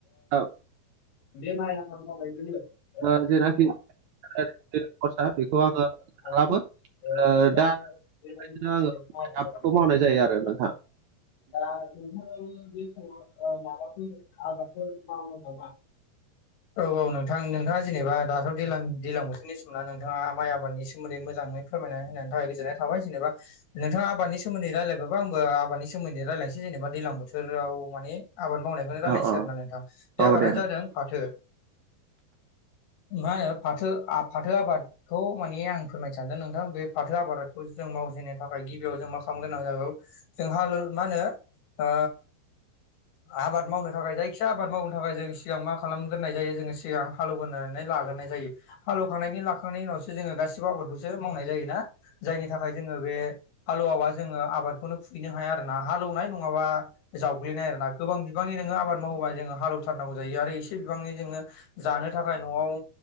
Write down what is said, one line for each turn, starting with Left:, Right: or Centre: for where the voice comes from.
Right: ओ
Left: बे आबाद मावनायजोंनो
Right: ओ जेनाखि आबादारि खरसा बेखौ
Left: ओ
Right: आङो
Left: <unintelligible> <unintelligible> ओ
Right: खालामो ओ
Left: जानांबाय
Right: दा
Left: बेबायदिनो
Right: बिदिनो
Left: आरो
Right: आङो
Left: माइ
Right: आबादखौ
Left: आबाद <unintelligible>
Right: मावनाय जायो आरो नोंथां
Left: दा नोंथाङाबो बे समाव माबाफोर आबादफोर मावो नामा? <inaudible> औ औ नोंथां नोंथाङा जेनेबा दाथ' दैलां दैलां बोथोरनि समाव नोंथाङा माइ आबादनि सोमोन्दै मोजाङै फोरमायना होननाय थाखाय गोजोननाय थाबाय जेनेबा नोंथा आबादनि सो सोमोन्दै रायलायबायबा आंबो आबाद सोमोन्दै रायलायसै जेन'बा दैलां बोथोराव माने आबाद मावनायखौनो रायजलायनोसै
Right: औ
Left: आरो ना नोंथां बे
Right: औ
Left: आबादानो
Right: दे नोंथां
Left: जादों फाथो। मा होनो फाथो फाथो आबादखौ माने आं फोरमायनो सानदों नोंथां बे फाथो आबाद जों मावजेननो थाखाय गिबियाव जों मा खालामनो गोनां जागौ जोंहा मा होनो आ आबाद मावनो थाखाय जाय खिया आबाद मावनो थाखाय जों सिगां मा खालामग्रोनाय जायो जोङो सिगां हालेवगोननानै लाग्रोनाय जायो। हालौवखांनायनि लाखांनायनि उनावसो जोङो गासिबो आबादखौसो मावनाय जायो ना। जायनि थाखाय जोङो बे हालौवावा जोङो आबादखौनो खुबहैनो हाया आरोना हालौवनाय नङाबा जावग्लिनाय आरो ना गोबां बिबांनि नोङो आबाद मावोबा जोङो हालेवथारनांगौ जायो आरो एसे बिबांनि जोङो जानो थाखाय न'आव